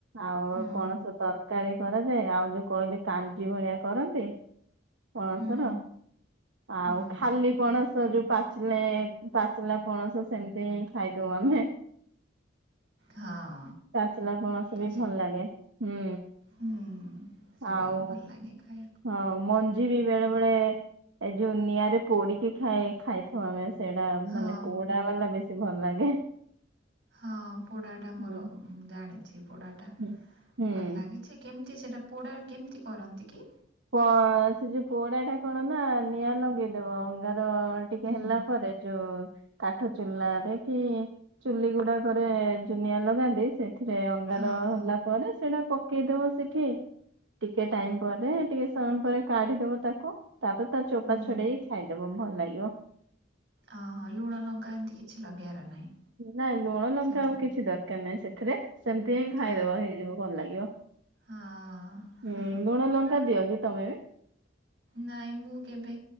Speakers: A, on the right; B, on the right.
A: ଆଉ
B: ହୁଁ
A: ପଣସ ତରକାରୀ। କରାଯାଏ ଆଉ ଯୋଉ କହିଲେ କାଞ୍ଜି ଭଳିଆ କରନ୍ତି। ପଣସ
B: ହୁଁ
A: ର
B: ହୁଁ
A: ଆଉ ଖାଲି ପଣସ ଯୋଉ ପାଚିଲେ ପା ପଚିଲା ପଣସ ସେମିତି ହି ଖାଇଦଉ ଆମେ
B: ହଁ
A: ପାଚିଲା ପଣସ
B: ପଚାରି
A: ବି ଭଲ ଲାଗେ ହୁଁ।
B: ହୁଁ ସେଇଟା
A: ଆଉ
B: ବି ଭଲ ଲାଗେ ଖାଇବାକୁ।
A: ହଁ ମ ଆଜି ବି ବେଳେ ବେଳେ ଏ ଯୋଉ ନିଆଁରେ ପୋଡିକି ଖାଇ ଖାଇଥାଉ ଆମେ ସେଇଟା।
B: ହଁ
A: ମାନେ ପୋଡା ବାଲା ବେଶୀ ଭଲ ଲାଗେ।
B: ହଁ ପୋଡାଟା ମୋର
A: ହୁଁ
B: ଜାଣିଛି ପୋଡା ଟା
A: ହୁଁ ହୁଁ।
B: ଭଲ ଲାଗିଛି କେମି ସେଇଟା ପୋଡ଼ା କେମିତି କରନ୍ତି କି?
A: କଣ ସେ ଯୋଉ ପୋଡା ଟା କଣ ନା ନିଆଁ ଲଗେଇ ଦବ ଅଙ୍ଗାର ଟିକେ
B: ହୁଁ
A: ହେଲା ପରେ ଯୋଉ କାଠ ଚୁଲାରେ କି ଚୁଲି ଗୁଡାକରେ ଜୁନିଆ ଲଗାନ୍ତି ସେ ଏଥିରେ ଅଙ୍ଗାର
B: ହଁ ହଁ
A: ହେଲା ପରେ ସେଟା ପକେଇ ଦବ ସେଠି ଟିକେ ଟାଇମ ପରେ ଟିକେ ସମୟ ପରେ କାଢିଦବ ତାକୁ ତାପରେ ତା ଚୋପା
B: ହୁଁ
A: ଛଡେଇକି ଖାଇଦବ ଭଲ ଲାଗିବ।
B: ଅହୋ ଲୁଣ ଲଙ୍କା ଏମତି କିଛି ଲଗେଇବାର ନାହିଁ।
A: ନାଇଁ ଲୁଣ ଲଙ୍କା
B: ସେଇଥିରେ
A: ଆଉ କିଛି ଦରକାର ନାଇଁ ସେ ଏଥିରେ ସେମିତି ହିଁ ଖାଇଦବ
B: ହଁ
A: ହେଇଯିବ ଭଲ ଲାଗିବ
B: ହଁ
A: ହୁଁ
B: ହଁ ହଁ ହଁ
A: ଲୁଣ ଲ <unintelligible> ତମେ
B: ନାଇଁ ମୁଁ କେବେ